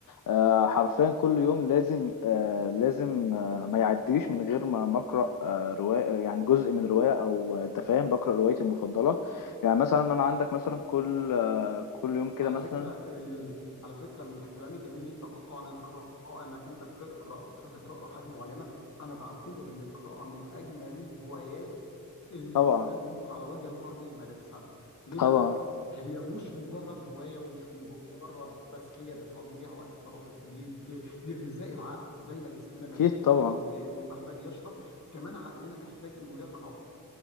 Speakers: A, on the left; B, on the left.
A: آه، حرفيا كل يوم لازم آه، لازم آه، ما يعديش من غير ما ما اقرا آه، روايه يعني جزء من روايه او انت فاهم بقرا روايتي المفضله يعني مثلا انا عندك مثلا كل آه، كل يوم كده
B: على
A: مثلا
B: فكرة ال... على فكرة من الكلام الجميل اللي انت قلته عن القراءة انك انت بتقرأ بتحب تقرأ حاجة معينة انا بعتبر ان القراءة من اجمل الهوايات اللي الانسان
A: طبعا
B: ممكن على وجه الارض يمارسها ليه
A: طبعا
B: بقى؟ هي مش مجرد هواية ومش مجرد تسلية بتقضي بيها وقت فراغك دي بت... دي غذاء العقل زي ما جسمنا
A: اكيد
B: محتاج
A: طبعا
B: انه ياكل ومحتاج يشرب كمان عقلنا محتاج انه يقرأ